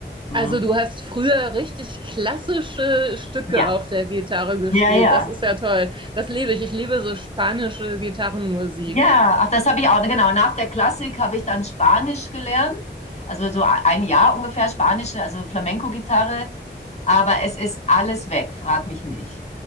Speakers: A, on the left; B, on the right.
A: Ne?
B: Also du hast früher richtig klassische Stücke
A: Ja,
B: auf der Gitarre gespielt.
A: ja, ja.
B: Das ist ja toll. Das liebe ich. Ich liebe so spanische Gitarrenmusik.
A: Ja, ach, das habe ich auch, genau. Nach der Klassik habe ich dann Spanisch gelernt. Also so ein Jahr ungefähr Spanische, also Flamenco-Gitarre. Aber es ist alles weg, frag mich nicht.